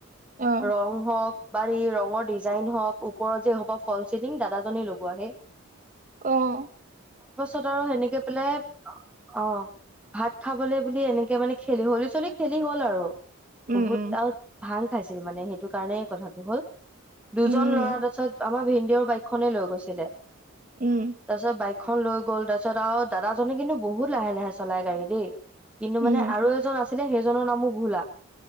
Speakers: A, on the right; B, in the centre.
A: অ
B: ৰং হওক। বাাৰ ৰঙৰ ডিজাইন হওঁক ওপৰ যে হ'ব ফল চিলিং দাদাজনী লগোৱা হে।
A: অঁ।
B: তাৰ হেনেকে পেলাই অ। অ ভাত খাবলৈ বুলি এনেকে মানে খেলি হলি চলি খেলি হল আৰু। বহুত
A: উম উম
B: আৰু ভাং। খাইছিল মানে সেইটো কাৰণে কথাটো হ'ল। দুজন
A: উম
B: ল'ৰা তাৰাছত আমাৰ ভি। তেওঁ বাইকখনে লৈ গৈছিলে।
A: উম
B: তাৰ পাছত বাইক। এখন লোক। গ'ল তাৰপিছত আৰু দাদাজনে কিন্তু বহুত লাহে লাহে চলাই গাড়ী দেই। কিন্তু
A: উম
B: মানে আৰু এজন আছে। সেইজনৰ নামো ভোলা।